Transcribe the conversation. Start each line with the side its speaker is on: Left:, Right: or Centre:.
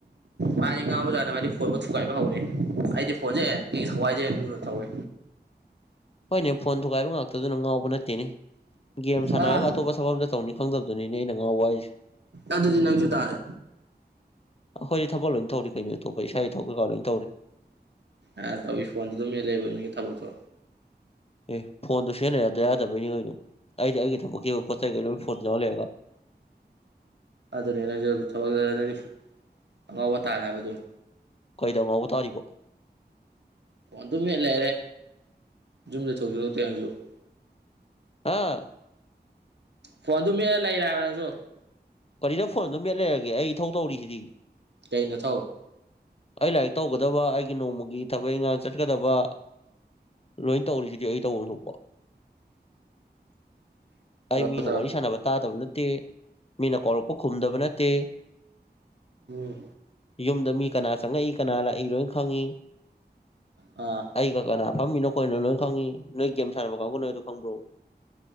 Right: ꯃꯥꯗꯤ ꯉꯥꯎꯕ <unintelligible> ꯃꯥꯗꯤ ꯐꯣꯟꯕꯨ ꯊꯨꯒꯥꯏꯕ <unintelligible> ꯑꯩꯗꯤ ꯐꯣꯟꯖꯦ ꯊꯨꯒꯥꯏꯗꯦ ꯂꯨꯅ ꯇꯧꯋꯦ
Left: ꯍꯣꯏꯅꯦ ꯐꯣꯟ ꯊꯨꯒꯥꯏꯕ ꯉꯥꯛꯇꯗꯨꯅ ꯉꯥꯎꯕ ꯅꯠꯇꯦꯅꯦ ꯒꯦꯝ ꯁꯥꯟꯅꯔꯒ
Right: ꯑꯥ
Left: ꯑꯇꯣꯞꯄ ꯊꯕꯛ ꯑꯝꯇꯥ ꯇꯧꯅꯤ ꯈꯪꯗꯕꯗꯨꯅꯤꯅꯦ ꯑꯩꯅ ꯉꯥꯥꯎꯕ ꯍꯥꯏ <unintelligible>
Right: ꯑꯗꯨꯗꯤ ꯅꯪꯖꯨ ꯇꯥꯔꯦ
Left: ꯑꯩꯈꯣꯏꯗꯤ ꯊꯕꯛ ꯂꯣꯏꯟ ꯇꯧꯔꯤ ꯀꯩꯅꯣ ꯑꯇꯣꯞꯄ ꯏꯁꯥꯒꯤ <unintelligible> ꯇꯧꯔꯤ
Right: ꯑꯥ ꯇꯧꯏ ꯐꯣꯟꯗꯨ ꯑꯗꯨꯝ ꯃꯦꯠ ꯂꯩꯕ ꯅꯪꯒꯤ ꯊꯕꯛꯇꯣ
Left: ꯑꯦ ꯐꯣꯟꯗꯣ ꯁꯤꯖꯤꯟꯅ ꯌꯥꯗ <unintelligible> ꯑꯩꯗꯤ ꯑꯩꯒꯤ ꯊꯕꯛꯀꯤ ꯑꯣꯏꯕ ꯄꯣꯠ ꯆꯩ ꯀꯩ ꯂꯣꯏ ꯐꯣꯟꯗ ꯌꯥꯎꯔ ꯂꯩꯔꯒ
Right: ꯑꯗꯨꯅꯦ ꯅꯪꯖꯨ ꯑꯗꯨꯝ <unintelligible> ꯑꯉꯥꯎꯕ ꯇꯥꯔꯦ ꯍꯥꯏꯕ ꯑꯗꯨꯝ
Left: ꯀꯩꯗ ꯉꯥꯎꯕ ꯇꯥꯔꯤꯕꯣ
Right: ꯐꯣꯟ ꯑꯗꯨꯝ ꯃꯦꯠ ꯂꯩꯔꯦ ꯌꯨꯝꯗ <unintelligible>
Left: ꯑꯥ
Right: ꯐꯣꯟ ꯑꯗꯨꯝ ꯃꯦꯠ ꯂꯩꯔꯦ ꯍꯥꯏꯕ ꯅꯪꯖꯨ
Left: ꯀꯔꯤꯗ ꯐꯣꯟ ꯑꯗꯨꯝ ꯃꯦꯠ ꯂꯩꯔꯒꯦ ꯑꯩ ꯏꯊꯧ ꯇꯧꯔꯤꯖꯤꯗꯤ
Right: ꯀꯩ ꯅꯊꯧ
Left: ꯑꯩ ꯂꯥꯏꯔꯤꯛ ꯇꯧꯒꯗꯕ ꯑꯩꯒꯤ ꯅꯣꯡꯃꯒꯤ ꯊꯕꯛ ꯏꯟꯒꯥꯡ ꯆꯠꯀꯗꯕ ꯂꯣꯏꯟ ꯇꯧꯔꯤꯖꯤꯗꯤ ꯑꯩ ꯇꯧꯕꯝ ꯊꯣꯛꯄ
Right: <inaudible>
Left: ꯑꯩ ꯃꯤꯅ
Right: ꯇꯧꯔꯣ
Left: ꯋꯥꯔꯤ ꯁꯥꯟꯅꯕ ꯇꯥꯗꯕ ꯅꯠꯇꯦ ꯃꯤꯅ ꯀꯧꯔꯛꯄ ꯈꯨꯝꯗꯕ ꯅꯠꯇꯦ
Right: ꯎꯝ
Left: ꯌꯨꯝꯗ ꯃꯤ ꯀꯅꯥ ꯆꯪꯉꯛꯏ ꯀꯅꯥ ꯂꯥꯛꯏ ꯂꯣꯏꯟ ꯈꯪꯉꯤ
Right: ꯑꯥ
Left: ꯑꯩꯒ ꯀꯅꯥ ꯐꯝꯃꯤꯅꯣꯈꯣꯏꯅꯣ ꯂꯣꯏ ꯈꯪꯉꯤ ꯅꯣꯏ ꯒꯦꯝ ꯁꯥꯟꯅꯕ ꯀꯥꯡꯕꯨ ꯅꯣꯏ ꯑꯗꯨ ꯈꯪꯕ꯭ꯔꯣ